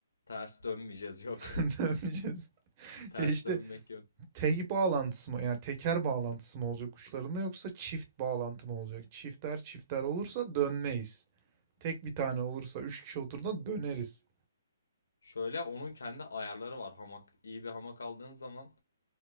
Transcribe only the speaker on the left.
Ters dönmeyeceğiz yok.
<laughs> Ters
dönmek yok.
Şöyle onun kendi ayarları var hamak. İyi bir hamak aldığın zaman